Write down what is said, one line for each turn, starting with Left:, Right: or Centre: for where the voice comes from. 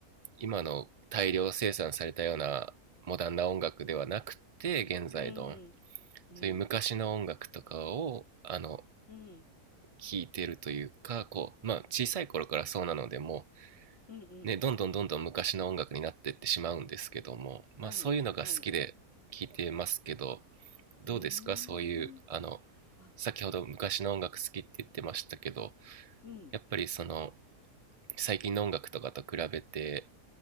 Right: 今の大量生産されたようなモダンな音楽ではなくて現在の
Left: うん。うん。
Right: そういう昔の音楽とかをあの
Left: うん。
Right: 聴いてるというかこう、まあ、小さい頃からそうなのでも
Left: うん。うん
Right: ね、どんどんどんどん昔の音楽になっていってしまうんですけども、
Left: はい。
Right: まあ、そういうのが好きで聴いてますけど
Left: はい。
Right: どうですかそういうあの
Left: うーん。あ、
Right: 先ほど昔の音楽好きって言ってましたけど
Left: うん。
Right: やっぱりその最近の音楽とかと比べて